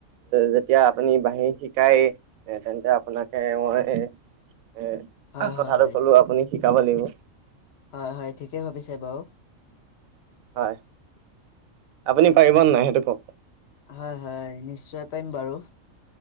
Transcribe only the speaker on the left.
হয়
হয়
হয় হয় ঠিকেই ভাবিছে বাৰু,
হয় হয় নিশ্চয় পাৰিম বাৰু,